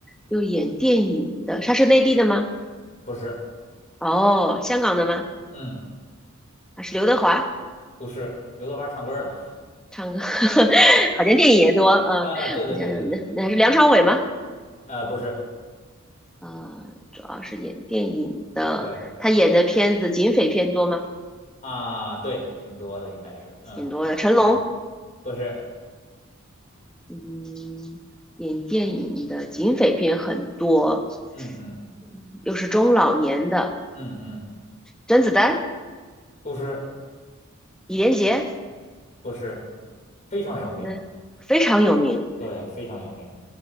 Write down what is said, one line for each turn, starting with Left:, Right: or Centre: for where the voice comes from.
Centre: 又演电影的，他是内地的吗？
Left: 不是，
Centre: 哦，香港的吗？
Left: 嗯。
Centre: 他是刘德华。
Left: 不是刘德华唱歌的，
Centre: 唱歌 <laughs> 好像电影也多，啊，呃我想想，
Left: 啊，对对对对对对对，
Centre: 那那还是梁朝伟吗？
Left: 呃，不是，
Centre: 呃，主要是演电影的，
Left: 对
Centre: 他演的片子警匪片多吗？
Left: 啊，对，挺多的应该是，嗯，
Centre: 挺多的。成龙，
Left: 对，不是，
Centre: 嗯，演电影的警匪片很多，
Left: 嗯嗯
Centre: 嗯又是中老年的，
Left: 嗯嗯，
Centre: 甄子丹、
Left: 不是
Centre: 李连杰，
Left: 不是，非常有名，
Centre: 嗯，非常有名。
Left: 对，非常有名，